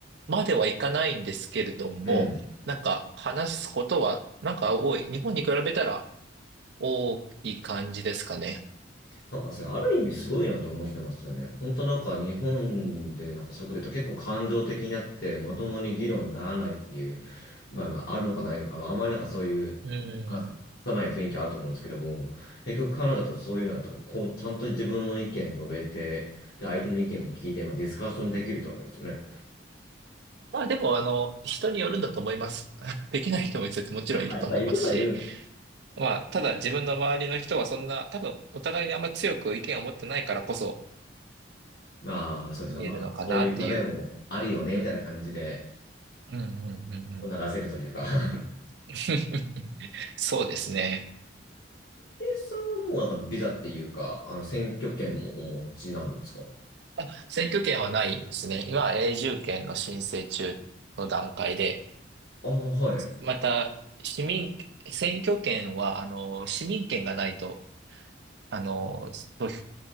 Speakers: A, on the right; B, on the left.
A: まではいかないんですけれども、
B: うん。
A: なんか話すことはなんか多い。日本に比べたら多い感じですかね。
B: なんかそれ、ある意味すごいなと思ってますよね。本当なんか日本でなんかそういうこと言うと結構感情的になってまともに議論にならないっていう、まあ、まあ、あるのかないのか、まあ、あんまりなんかそういう、
A: うん。
B: まあさない雰囲気あると思うんですけども、結局カナダとそういうのだとか、こう、ちゃんと自分の意見述べて、で、相手の意見も聞いて、まあ、ディスカッションできるってわけですよね。
A: まあでも、あの、人によるんだと思います。<laughs> できない人も絶対もちろんいると思いますし、
B: あ、やっぱ言うことは言う
A: まあ、ただ自分の周りの人はそんな、多分お互いにあんま強く意見を持ってないからこそ
B: まあ、そうですか。
A: 言えるのかなっていう。
B: まあ、そういう考えもあるよね、みたいな感じで
A: うんうんうんうん。
B: 流せるというか。<laughs>
A: <laughs> そうですね。
B: A さんはもうなんかビザっていうか、あの、選挙権もお持ちなんですか
A: あ、選挙権はないですね。今は永住権の申請中の段階で、
B: ああ、はい。
A: また、市民、選挙権は、あの、市民権がないと、あの、投で